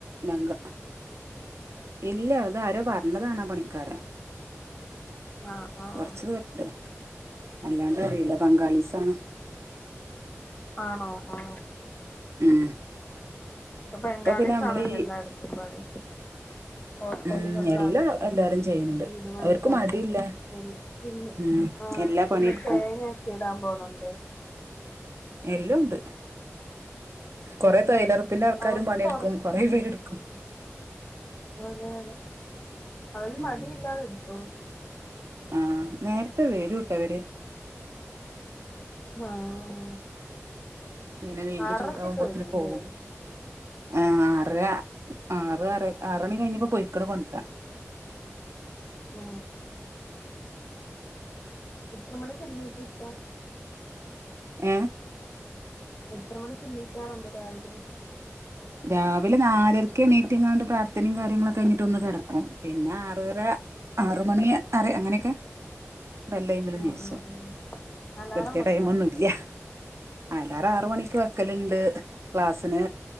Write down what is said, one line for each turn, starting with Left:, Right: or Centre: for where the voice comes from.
Right: നങ്ക ഇല്ല അത് ആരോ പറഞ്ഞതാണ പണി ക്കരം
Left: ആഹ് ആഹ്
Right: കൊറച്ചു പേരുണ്ട് അല്ലാണ്ട് അറിയില്ല ബംഗാളീസ് ത്താണ്
Left: ആണോ ആഹ
Right: ഉം
Left: ഇപ്പൊ ബംഗാളിസ്
Right: പിന്നെ നമ്മള്
Left: ആണല്ലോ
Right: ഈ
Left: എല്ലായിടത്തും പണി ഹോട്ടലുകളിലായാലും
Right: ഉം എല്ലാ എല്ലാരും ചെയ്യുന്നുണ്ട്
Left: വീടു പണിക്കായാലും
Right: അവർക്ക് മടിയില്ല
Left: പിന്നെ
Right: ഉം
Left: ആഹ
Right: എല്ലാ
Left: പിന്നെ
Right: പണിയെടുക്കും
Left: തേങ്ങ ഒക്കെ ഇടാൻ പോവുന്നുണ്ട്
Right: എല്ലാം ഉണ്ട് കൊറെ
Left: അതെ
Right: തൊയിലോറപ്പിന്റെ ആൾക്കാരും
Left: അവർക്ക്
Right: പണിയെടുക്കും
Left: കൊറ
Right: കൊറെ പേര് എടുക്കും
Left: അതെ അവര്
Right: ഉം
Left: മടി ഇല്ലാതെ എടുതോളും
Right: ആഹ് നേരത്തെ വരൂട്ടോ ഇവര്
Left: ആഹ
Right: പിന്നെ വെയില്
Left: ആറരക്കൊക്കെ
Right: ചൂടാകുമ്പോത്തിന്
Left: വരൂല്ലേ
Right: പോവും ആ ആറര ആറ് ആ ആറണി കഴിഞ്ഞപ്പോ പൊയ്ക്ക്ണ് കൊണ്ടരാൻ
Left: ഓ എത്ര മണിക്ക് എഴുന്നേറ്റ് ഇത്താ
Right: ഏ
Left: എത്ര മണിക്ക് എണീകാറുണ്ട് രാവിലെ
Right: രാവിലെ നാലരക്ക് എണീറ്റ്ങ്ങണ്ട് പ്രാർത്ഥനയും കാര്യങ്ങളൊക്കെ കഴിഞ്ഞിട്ട് ഒന്ന് കിടക്കും പിന്നെ ആറര ആറ് മണി അറി അങ്ങനെയൊക്കെ വല്ലൈമ്മില്
Left: ആഹ്
Right: നിച്ച
Left: ആഹ് ആഹ് അലാറം
Right: കൃത്യയ
Left: വെക്കാറുണ്ടോ
Right: ടൈം ഒന്നുല്ല അലാറം ആറ് മണിക്ക് വ പക്കലുണ്ട് ക്ലാസ്സിന്